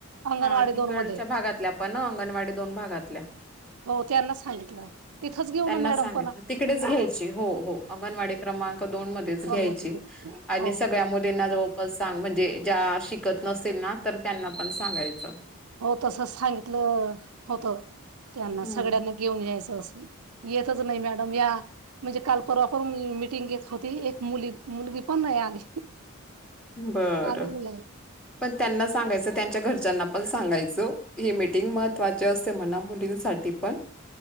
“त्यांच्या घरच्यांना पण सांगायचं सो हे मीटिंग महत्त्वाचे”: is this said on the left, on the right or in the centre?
Centre